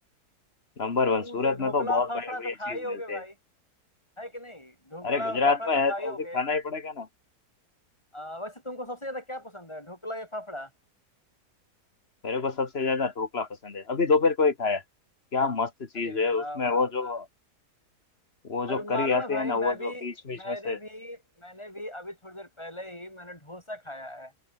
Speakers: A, on the left; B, on the left.
A: नंबर वन
B: तुम
A: सूरत
B: ढो- ढोकला
A: में तो बहुत
B: और फाफड़ा
A: बढ़िया
B: तो
A: बढ़िया
B: खाए
A: चीज
B: ही होगे
A: मिलते
B: भाई
A: हैं
B: है कि नहीं ढोकला
A: अरे गुजरात
B: और फाफड़ा
A: में
B: तो
A: है
B: खाए
A: तो
B: ही होगे
A: अभी खाना ही पड़ेगा ना
B: आ, वैसे तुमको सबसे ज्यादा क्या पसंद है ढोकला या फाफड़ा
A: मेरे को सबसे ज्यादा ढोकला पसंद है अभी दोपहर को ही खाया क्या मस्त चीज
B: अरे
A: है
B: वाह
A: उसमें
B: वाह
A: वो
B: वाह
A: जो वो
B: और
A: जो
B: मालूम
A: करी आती
B: है भाई
A: है ना
B: मैं
A: वो जो
B: भी
A: बीच बीच
B: मैंने
A: में से
B: भी मैंने भी अभी थोड़ी देर पहले ही मैंने डोसा खाया है